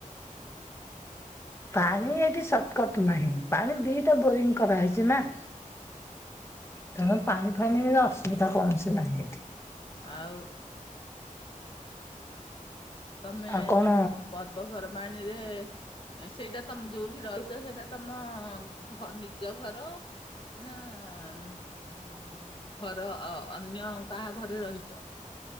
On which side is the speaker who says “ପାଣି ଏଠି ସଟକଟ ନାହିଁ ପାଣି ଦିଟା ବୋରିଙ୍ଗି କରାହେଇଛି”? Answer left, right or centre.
Left